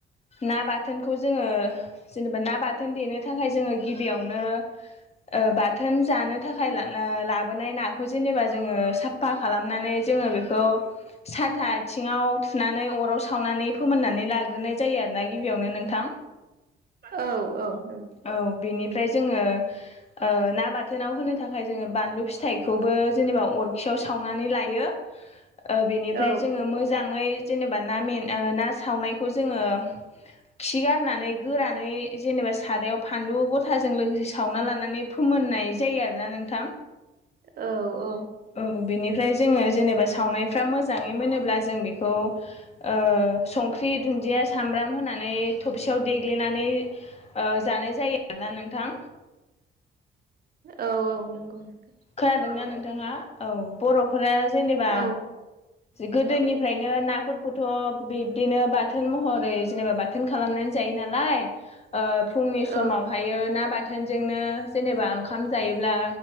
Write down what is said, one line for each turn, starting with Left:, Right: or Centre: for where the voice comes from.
Left: ना बाथोनखौ जोङो जेनेबा ना बाथोन देनो थाखाय जोङो गिबियावनो ओ बाथोन जानो थाखाय ओ लाबोनाय नाखौ जेनेबा जोङो साफ फा खालामनानै जोङो बेखौ साथा आथिङाव थुनानै अराव सावनानै फोमोननानै लाग्रोनाय जायो आरोना गिबियावनो नोंथां।
Right: औ औ नंगौ।
Left: औ बिनिफ्राय जोङो ओ ना बाथोनाव होनो थाखाय जोङो बानलु फिथाइखौबो जेनेबा अरखियाव सावनानै लायो बेनिफ्राय
Right: औ
Left: जोङो मोज मोजाङै जेनेबा ना मिन ओ ना सावनायखौ जोङो खिगारनानै गोरानै जेनेबा सादायाव फानलु गथाजों लोगोसे सावना लानानै फोमोननाय जायो आरोना नोंथां।
Right: औ औ।
Left: औ बेनिफ्राय जोङो जेनेबा सावनायफ्रा मोजाङै मोनोब्ला जों बेखौ ओ संख्रि, दुन्दिया, सामब्राम होनानै थबसेयाव देग्लिनानै ओ जानाय जायो आरोना नोंथां।
Right: औ औ नंगौ नोंथां।
Left: खोनादोंना नोंथाङा। औ बर'फोरा जेनेबा
Right: औ
Left: गोदोनिफ्रायनो नाफोरखौथ' बिबदिनो बाथोन महरै जेनेबा बा थोन खालामनानै जायो नालाय ओ फुंनि
Right: औ
Left: समावहायो ना बाथोनजोंनो जेनेबा ओंखाम जायोब्ला